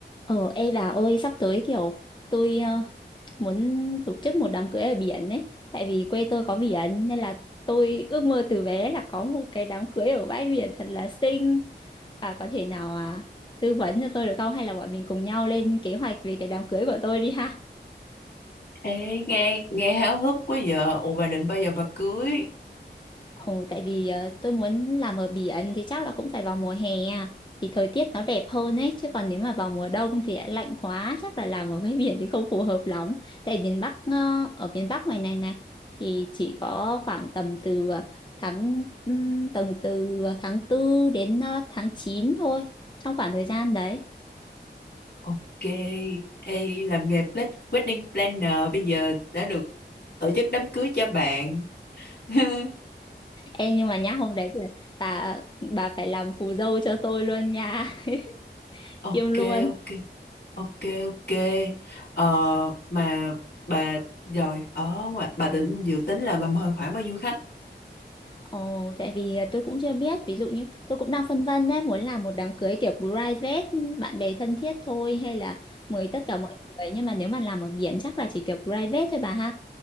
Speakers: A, on the left; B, on the left.
A: Ờ, ê bà ơi, sắp tới kiểu tôi ờ, muốn tổ chức một đám cưới ở biển ấy, tại vì quê tôi có biển nên là tôi ước mơ từ bé là có một cái đám cưới ở bãi biển thật là xinh. Bà có thể nào à, tư vấn cho tôi được không? Hay là bọn mình cùng nhau lên kế hoạch về cái đám cưới của tôi đi ha?
B: Ê, nghe nghe háo hức quá giờ. Ủa bà định bao giờ bà cưới?
A: Ồ, tại vì ờ, tôi muốn làm ở biển thì chắc là cũng phải vào mùa hè à. thì thời tiết nó đẹp hơn ấy chứ còn nếu mà vào mùa đông thì lại lạnh quá chắc là làm ở bãi <laughs> biển thì không phù hợp lắm tại miền Bắc ờ, ở miền Bắc ngoài này này thì chỉ có khoảng tầm từ ờ, tháng ừm, tầm từ tháng tư đến ờ, tháng 9 thôi trong khoảng thời gian đấy
B: Ok. Ê, làm nghề pla- wedding planner bây giờ đã được tổ chức đám cưới cho bạn. <laughs>
A: Ê, nhưng mà nhá hôm đấy thì bà ờ, bà phải làm phù dâu cho tôi luôn nha <laughs>
B: Ok,
A: kiêm luôn
B: ok, ok, ok. Ờ, mà bà rồi ở ngoài bà tính dự tính là bà mời khoảng bao nhiêu khách?
A: Ồ, tại vì à, tôi cũng chưa biết, ví dụ như tôi cũng đang phân vân đấy, muốn làm một đám cưới kiểu private, bạn bè thân thiết thôi hay là mời tất cả mọi người, nhưng mà nếu mà làm ở biển chắc là chỉ kiểu private thôi bà ha.